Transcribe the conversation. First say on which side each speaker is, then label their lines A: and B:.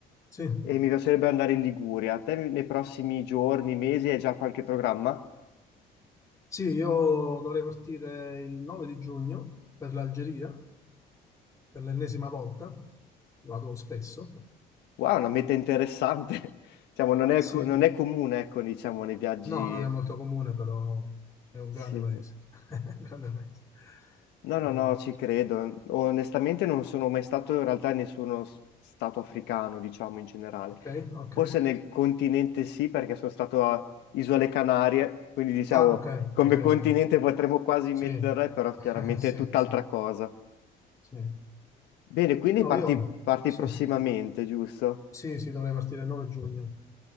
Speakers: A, on the left (about 20°); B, on the left (about 80°).
A: sì,
B: e mi piacerebbe andare in Liguria. Te nei prossimi giorni, mesi, hai già qualche programma?
A: sì, io dovrei partire il 9 di giugno per l'Algeria, per l'ennesima volta, vado spesso.
B: Wow, una meta interessante. <laughs> Diciamo, non è,
A: Sì,
B: co- non
A: no,
B: è comune, ecco, diciamo, nei viaggi...
A: non è molto comune, però è un
B: Sì.
A: grande paese. <laughs> Un Grande paese.
B: No, no,
A: Eh,
B: no, ci credo. Onestamente non sono mai stato in realtà in nessuno s- stato africano, diciamo in generale.
A: ok, ok.
B: Forse nel continente sì, perché sono stato a Isole Canarie, quindi diciamo
A: Ah, ok,
B: come
A: ok,
B: continente
A: ok.
B: potremmo quasi
A: Sì,
B: mettere, però
A: <laughs>
B: chiaramente
A: sì,
B: è tutt'altra
A: sì,
B: cosa.
A: sì.
B: Bene, quindi
A: No,
B: parti,
A: io,
B: parti
A: sì.
B: prossimamente, giusto?
A: Sì, sì, dovrei partire il 9 giugno